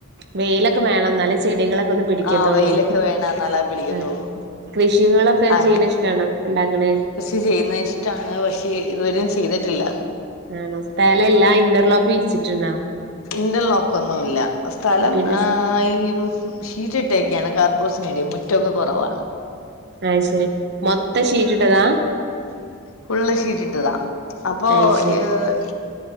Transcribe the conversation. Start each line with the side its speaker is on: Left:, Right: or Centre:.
Right: വെയിലൊക്കെ വേണം എന്നല്ലേ ചെടികളൊക്കെ ഒന്ന് പിടിക്കത്തുള്ളൂ
Left: ആഹ് വെയിലൊക്കെ വേണം എന്നാലേ പിടിക്കത്തുള്ളൂ
Right: ആഹ കൃഷികളൊക്കെ
Left: അങ്ങ്
Right: ചെയ്യണ ഇഷ്ടണ ഉണ്ടാക്കണേ
Left: കൃഷി ചെയ്യുന്നത് ഇഷ്ടമാണ് പക്ഷേ ഇതുവരും ചെയ്തിട്ടില്ല
Right: ആണോ സ്ഥലല്ല ഇന്റർലോക്ക് വിരിച്ചിട്ടുണ്ടാവോ
Left: ഇന്റർ ലോക്ക് ഒന്നും ഇല്ല സ്ഥലം
Right: പിന്നെ
Left: ആ ഈ ഷീറ്റ ഇട്ടേൊക്കെയാണ് കാർബോസിനടയും മുറ്റൊക്കെ കുറവാ
Right: അഹ് ശരി മൊത്ത സീറ്റ്ട്ടതാ
Left: ഫുൾ ശീട്ടിട്ട്താ അപ്പൊ
Right: അയ് ശരി
Left: ഏ ഈ